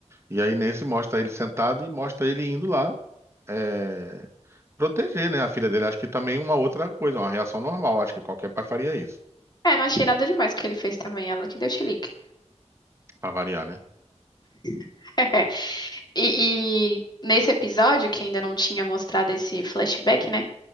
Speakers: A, on the right; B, on the left.
A: E aí nesse mostra ele sentado e mostra ele indo lá. eh, proteger, né, a filha dele. Acho que também uma outra coisa, uma reação normal. Acho que qualquer pai faria isso,
B: É, não achei nada demais que ele fez também, ela que deu chilique.
A: pra variar, né?
B: <laughs> E, e nesse episódio, que ainda não tinha mostrado esse flashback, né?